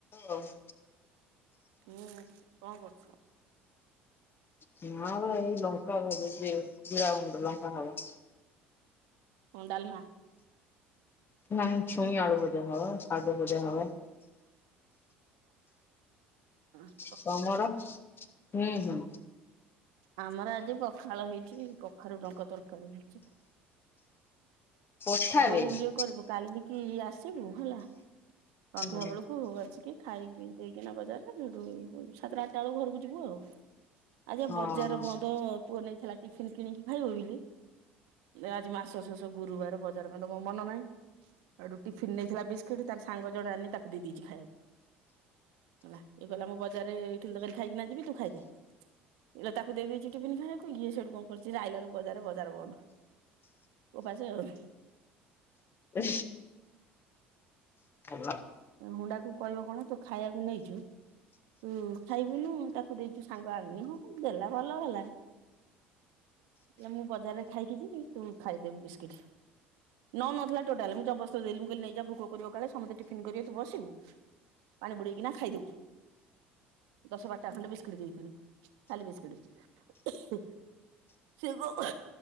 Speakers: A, on the left; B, on the right.
A: ହଉ <inaudible>
B: ହୁଁ କଣ କରୁଛୁ?
A: ହଁ ନା ଲୋ ଏଇ ଲଙ୍କା ଭାଜୁଚି ଜିରା ଗୁଣ୍ଡ ଲଙ୍କା ହବ।
B: କ ଡାଲମା?
A: ନାଇଁ ଛୁଇଁ ଆଡୁ ଭଜା ହବ ସାଗ ଭଜା ହବ।
B: ହୁଁ।
A: ତମର? ହୁଁ ହୁଁ।
B: ଆମର ଆଜି ପଖାଳ ହେଇଚି, କଖାରୁ ଡଙ୍କ ତରକାରୀ ହେଇଚି।
A: ପଠା
B: ଯୋଉ
A: ବେ ହଁ।
B: ଇଏ କରିବୁ କାଲିକି ଆସିବୁ ହେଲା। ସନ୍ଧ୍ୟା
A: ଭଲ।
B: ବେଳକୁ ଆସିକି ଖାଇ ପି ଦେଇକିନା ବଜାର ଠୁ ସାତଟା ଆଠଟା ବେଳକୁ ଘରକୁ ଯିବୁ ଆଉ। ଆଯିବା
A: ହଁ
B: ବଜାର ବନ୍ଦ। ପୁଅ ନେଇଥିଲା ଟିଫିନ କିଣିକି ଖାଇବ ବୋଲି ଆଜି ମାସ ଶେଷ ଗୁରୁବାର ବଜାର କରନ୍ତୁ ମୋ ମନ ନାହିଁ। ହେଟୁ ଟିଫନ୍ ନେଇଥିଲା ବିସ୍କିଟ ତାର ସାଙ୍ଗ ଜଣେ ଆନି ତାକୁ ଦେଇଛି ଖାଇବାକୁ। ହେଲା ଇଏ କହିଲ ମୁଁ ବଜାରରେ ଇଠ ତରକାରୀ ଖାଇକି ଯିବି ତୁ ଖାଇଦେ। ଇଲୋ ତାକୁ ଦେଇ ଦେଇଚି ଟିଫିନ ଖାଇବାକୁ ଇଏ ସେଇଠୁ କଣ କରୁଛି ନା ଆଇଲାଳୁ ବଜାରରେ ବଜାର ବନ୍ଦ। ଓପାସେ ଆଉ।
A: ହ। <unintelligible>
B: ହୁଣ୍ଡା କୁ କହିବ କଣ ତୁ ଖାଇବାକୁ ନେଇଚୁ ତୁ ଖାଇବୁନୁ ତାକୁ ଦେଇଛୁ ସାଙ୍ଗ ଆଣିନି। ହଁ ଦେଲା ଭଲ ହେଲା। କଇଲା ମୁଁ ବଜାରରେ ଖାଇକି ଯିବି ତୁ ଖାଇଦେ ବିସ୍କିଟ। ନଉନଥିଲା ଟୋଟାଲ ମୁଁ ଜବଦସ୍ତ ଦେଲି ମୁଁ କଲି ନେଇଯା ଭୋଗ କରିବ କାଳେ ସମସ୍ତେ ଟି ଫିନ୍ କରିବେ ତୁ ବସିବୁ। ପାଣି ବୁଡେଇକିନା ଖାଇଦବୁ। ଦଶ ବାରଟା ଖଣ୍ଡେ ବିସ୍କିଟ ଦେଇଥିଲି ଖାଲି ବିସ୍କିଟ। ସେ କଣ